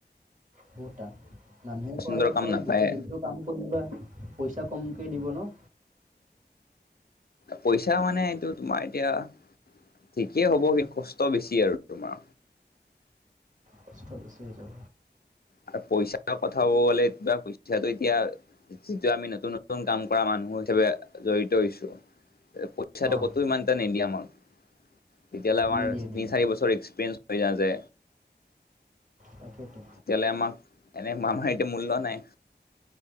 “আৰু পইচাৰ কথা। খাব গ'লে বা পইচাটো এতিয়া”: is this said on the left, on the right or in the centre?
Left